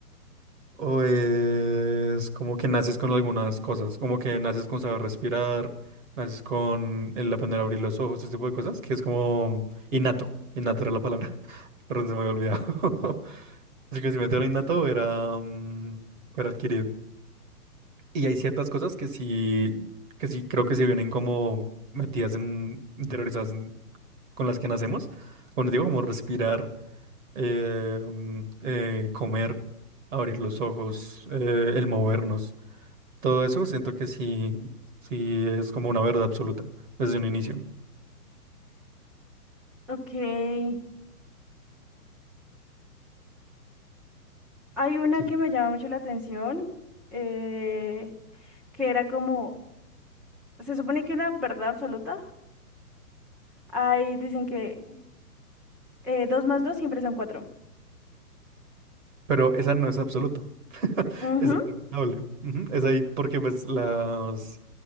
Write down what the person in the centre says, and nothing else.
Ok. Hay una
que me llama mucho la atención, eh, que era como, se supone que una verdad absoluta. Ahí dicen que eh, dos más dos siempre son cuatro.
Ujú,